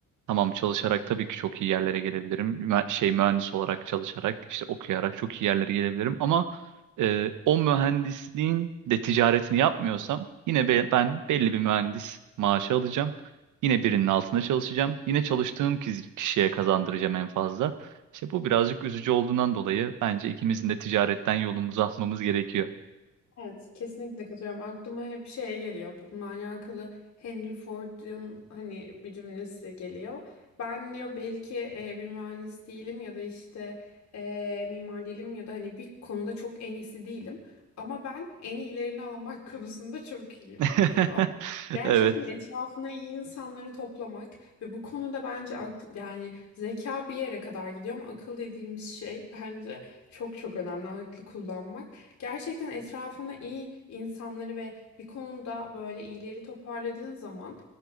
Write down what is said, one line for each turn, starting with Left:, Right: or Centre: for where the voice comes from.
Right: Tamam çalışarak tabii ki çok iyi yerlere gelebilirim. Mühe- şey mühendis olarak çalışarak işte okuyarak çok iyi yerlere gelebilirim ama e, o mühendisliğin de ticaretini yapmıyorsam yine be- ben belli bir mühendis maaşı alacağım. Yine birinin altında çalışacağım. Yine çalıştığım kiz- kişiye kazandıracağım en fazla. İşte bu birazcık üzücü olduğundan dolayı bence ikimizin de ticaretten yolumuzu almamız gerekiyor.
Left: Evet, kesinlikle katılıyorum. Aklıma hep şey geliyor. Bununla alakalı Henry Ford'un hani bir cümlesi geliyor. Ben diyor belki e, bir mühendis değilim ya da işte e, mimar değilim ya da hani bir konuda çok en iyisi değilim. Ama ben en iyilerini almak <laughs> konusunda çok iyiyim
Right: <laughs>
Left: diyor. Gerçekten
Right: Evet.
Left: etrafına iyi insanları toplamak ve bu konuda bence akl yani zeka bir yere kadar gidiyor ama akıl dediğimiz şey <laughs> bence çok çok önemli aklı kullanmak. Gerçekten etrafında iyi insanları ve bir konuda böyle iyileri toparladığın zaman